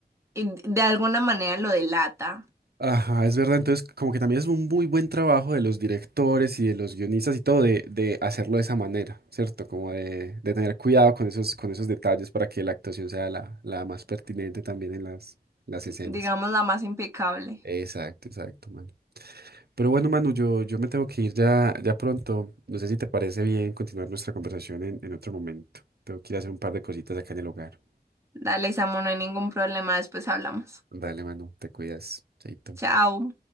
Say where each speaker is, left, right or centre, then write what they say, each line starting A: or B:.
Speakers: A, on the right (about 15°); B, on the right (about 70°).
A: y de alguna manera lo delata.
B: Ajá, es verdad. Entonces, como que también es un muy buen trabajo de los directores y de los guionistas y todo de, de hacerlo de esa manera, ¿cierto? Como de, de tener cuidado con esos, con esos detalles para que la actuación sea la, la más pertinente también en las, las escenas.
A: digamos, la más impecable.
B: Exacto, exacto, Manu. Pero bueno, Manu, yo, yo me tengo que ir ya, ya pronto. No sé si te parece bien continuar nuestra conversación en, en otro momento. Tengo que ir a hacer un par de cositas acá en el hogar.
A: Dale, Samu, no hay ningún problema, después hablamos.
B: Dale, Manu, te cuidas. Chaito.
A: Chao.